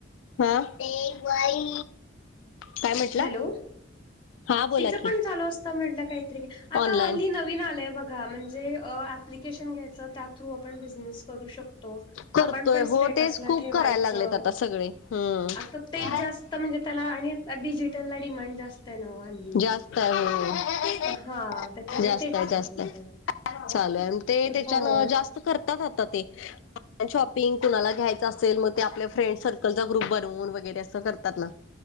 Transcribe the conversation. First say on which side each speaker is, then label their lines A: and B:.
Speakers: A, on the left (about 80°); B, on the left (about 25°).
A: हा ते बाई. काय म्हटला?
B: हॅलो
A: हा बोला
B: तिचं
A: की
B: पण चालू असतं म्हटलं काहीतरी, आता
A: ऑनलाईन
B: हल्ली न वीन आलाय बघा, म्हणजे एप्लीकेशन घ्यायचं त्यात पण आपण बिझनेस करू शक तो.
A: करतोय
B: आपणपण स्टेटसला
A: हो तेच खूप
B: ठेवायचं.
A: करायला लागलेत आता सगळे हम्म
B: आता तेच जास्त म्हणजे त्याला आणि डिजिटलला डिमांड जास्त आहे नव्ह हल्ली.
A: जास्त आहे हो
B: हा त्याच्यामुळे
A: जास्त
B: तेच
A: आहे
B: चालू
A: जास्त
B: होतय,
A: आहे चालू आहे ते त्याच्यान
B: होय.
A: जास्त करतात आता ते. शॉपिंग कुणाला घ्यायचं असेल, मग ते आपल्या फ्रेंड सर्कलचा ग्रुप बनवून वगैरे असं करतात ना.